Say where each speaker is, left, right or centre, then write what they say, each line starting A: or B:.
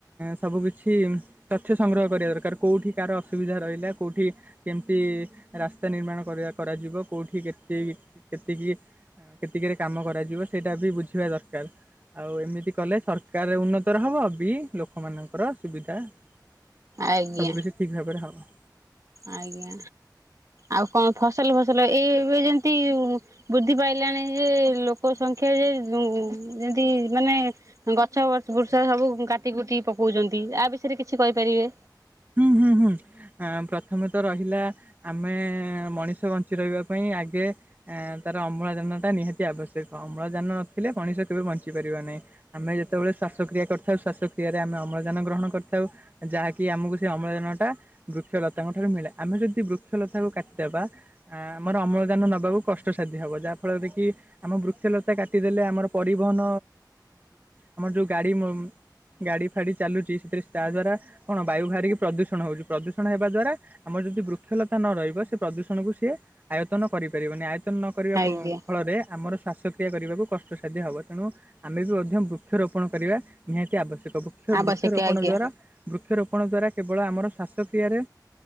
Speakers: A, on the right (about 25°); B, on the right (about 45°).
A: ସବୁ କିିଛି ତଥ୍ୟ ସଂଗ୍ରହ କରିବା ଦରକାର କୋଉଠି କାହାର ଅସୁବିଧା ରହିଲା କୋଉଠି କେମତି ରାସ୍ତା ନିର୍ମାଣ କରିଆ କରାଯିବ କୋଉଠି କେତିକି କେତିକି ହଁ କେତିକିରେ କାମ କରାଯିବ ସେଇଟା ବି ବୁଝିବା ଦରକାର ଆଉ ଏମିତି କଲେ ସରକାର ଉନ୍ନତର ହବ ବି ଲୋକମାନଙ୍କର ସୁବିଧା ସବୁ
B: ଆଜ୍ଞା
A: କିଛି ଠିକ୍ ଭାବରେ ହବ।
B: ଆଜ୍ଞା ଆଉ କଣ ଫସଲ ଫସଲ ଏଇ ଏବେ ଯେମତି ବୃଦ୍ଧି ପାଇଲାଣି ଯେ ଲୋକ ସଂଖ୍ୟା ଯେ ଯେନ୍ତି ମାନେ ଗଛ ବୃଚ୍ଛ ସବୁ କାଟି କୁଟିକି ପକଉଛନ୍ତି ଆ ବିଷୟରେ କିଛି କହିପାରିବେ।
A: ହୁଁ ହୁଁ ହୁଁ ପ୍ରଥମତଃ ରହିଲା ଆମେ ମଣିଷ ବଞ୍ଚି ରହିବା ପାଇଁ ଆଗେ ତାର ଅମ୍ଳଜାନ ଟା ନିହାତି ଆବଶ୍ୟକ ଅମ୍ଳଜାନ ନଥିଲେ ମଣିଷ କେବେ ବଞ୍ଚିପାରିବ ନାହିଁ ଆମେ ଯେତେବେଳେ ଶ୍ୱାସକ୍ରିୟା କରିଥାଉ ଶ୍ୱାସକ୍ରିୟାରେ ଆମେ ଅମ୍ଳଜାନ ଗ୍ରହଣ କରିଥାଉ ଯାହାକି ଆମକୁ ସେ ଅମ୍ଳଜାନଟା ବୃକ୍ଷଲତାଙ୍କ ଠାରୁ ମିଳେ ଆମେ ଯଦି ବୃକ୍ଷ କ୍ଷ ଲତାକୁ କାଟିଦେବା ଆମର ଅମ୍ଳଜାନ ଦେକୁ କଷ୍ଟସାଧ୍ୟ ହେବ ଯାହାଫଳରେ କି ଆମ ବୃକ୍ଷଲତା କାଟିଦେଲେ ଆମର ପରିବହନ ଆମର ଯୋଉ ଗାଡ଼ି ଗାଡ଼ି ଫାଡ଼ି ଚାଲୁଛି ସେଥିରେ ତା ଦ୍ଵାରା କଣ ବାୟୁ ବାହାରିକି ପ୍ରଦୂଷଣ ହେଉଛି ପ୍ରଦୂଷଣ ହେବା ଦ୍ୱାରା ଆମର ଯଦି ବୃକ୍ଷଲତା ନ ରହିବ ସେ ପ୍ରଦୂଷଣକୁ ସିଏ ଆୟତନ କରିପାରିବନି ଆ ତନ କରିବା
B: ଆଜ୍ଞା
A: ଫଳରେ ଆମର ଶ୍ୱାସକ୍ରିୟା କରିବାକୁ କଷ୍ଟସାଧ୍ୟ ହେବ ତେଣୁ ଆମେ ବି ମଧ୍ୟ ବୃକ୍ଷରୋପଣ କରିବା ନିହାତି ଆବଶ୍ୟକ। ବୃକ୍ଷ
B: ଆବଶ୍ୟକ
A: ବୃକ୍ଷରୋପଣ
B: ଆଜ୍ଞା
A: ଦ୍ଵାରା ବୃକ୍ଷରୋପଣ ଦ୍ଵାରା କେବଳ ଆମର ଶ୍ଵାସକ୍ର୍ରିୟାରେ